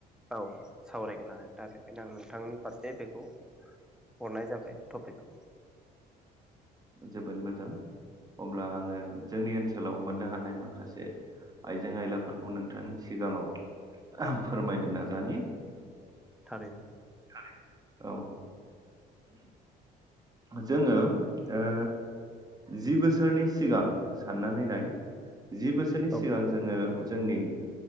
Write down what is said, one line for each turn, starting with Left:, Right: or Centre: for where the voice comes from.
Centre: औ सावरायगोन आरो। दा बेखायनो आं नोंथांनि फारसे बेखौ हरनाय जाबाय टपिकखौ।
Right: जोबोद मोजां। अब्ला आङो जोंनि ओनसोलाव मोननो हानाय माखासे आइजें आयलाफोरखौ नोंथांनि सिगाङाव फोरमायनो नाजानि
Centre: थारैनो।
Right: थारैनो औ जोङो ओ जि बोसोरनि सिगां साननानै नाय जि बोसोरनि
Centre: औ
Right: सिगां जोङो जोंनि